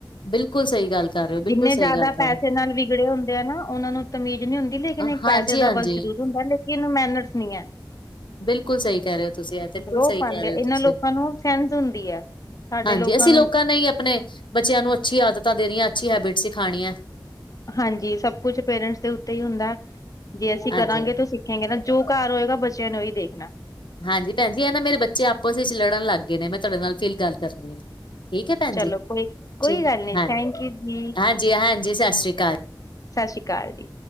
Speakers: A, on the left (about 80°); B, on the left (about 45°).
A: ਬਿਲਕੁਲ ਸਹੀ ਗੱਲ ਕਰ ਰਹੇ ਹੋ ਬਿਲਕੁਲ
B: ਜਿੰਨੇ
A: ਸਹੀ
B: ਜ਼ਿਆਦਾ
A: ਗੱਲ ਕਰ
B: ਪੈਸੇ
A: ਰਹੇ
B: ਨਾਲ ਵਿਗੜੇ ਹੁੰਦੇ ਆ ਨਾ ਉਹਨਾਂ ਨੂੰ ਤਮੀਜ਼ ਨਹੀਂੀ ਹੁੰਦੀ ਲੇ ਇੱਕ
A: ਹੋ। ਹਾਂਜੀ
B: ਪੈਸੇ ਦਾ
A: ਹਾਂਜੀ
B: ਬਸ ਜ਼ਰੂਰ ਹੁੰਦਾ ਲੇਕਿਨ ਮੈਨਟਸ ਨਹੀਂ ਹੈ
A: ਬਿਲਕੁਲ ਸਹੀ ਕਹਿ ਰਹੇ ਹੋ ਤੁਸੀਂ ਯ ਬਿਲਕੁਲ
B: ਰੋਹ
A: ਸਹੀ
B: ਪਾਉਂਦੇ
A: ਕਹਿ ਰਹੇ
B: ਆ।
A: ਹੋ
B: ਇਹਨਾਂ
A: ਤੁਸੀਂ
B: ਲੋਕਾਂ ਨੂੰ ਸੈਂਸ ਹੁੰਦੀ ਹੈ ਸਾਡੇ
A: ਹਾਂਜੀ ਅਸੀਂ
B: ਨੂੰ
A: ਲੋਕਾਂ ਨੇ ਹੀ ਆਪਣੇ ਬੱਚਿਆਂ ਨੂੰ ਅੱਛੀ ਆਦਤਾਂ ਦੇਣੀਆਂ ਅੱਛੀ ਹੈਬਿਟ ਸਿਖਾਣੀ ਹੈ
B: ਹਾਂਜੀ ਸਭ ਕੁਛ ਪੇਰੈਂਟਸ ਦੇ ਉੱਤੇ ਹੀ ਹੁੰਦਾ ਜੇ ਅਸੀਂ
A: ਹਾਂਜੀ
B: ਕਰਾਂਗੇ
A: ਹਾਂਜੀ
B: ਤਾਂਸੀ ਗੇ ਨਾ ਜੋ ਘਰ ਹੋਏਗਾ ਬੱਚਿਆਂ ਨੂੰ ਹੀ ਦੇਖਣਾ
A: ਹਾਂਜੀ ਭੈਣ ਜੀ ਇਹ ਨਾ ਮੇਰੇ ਬੱਚੇ ਆਪਸ ਵਿੱਚ ਲੜਨ ਲੱਗ ਗਏ ਨੇ ਮੈਂ ਤੁਹਾਡੇ ਨਾਲ ਫੀਲ ਗੱਲ ਕਰਨੀ ਆ ਠੀਕ ਹੈ ਭੈਣ
B: ਚਲੋ
A: ਜੀੀ
B: ਕੋਈ ਕੋਈ ਗੱਲ ਨੀ
A: ਹਾਂ
B: ਥੈਂਕ ਯੂ ਜੀ
A: ਹਾਂਜੀ ਹਾਂਜੀ ਸਤਿ ਸ੍ਰੀ ਅਕਾਲ
B: ਸਤਿ ਸ੍ਰੀ ਅਕਾਲ ਜੀ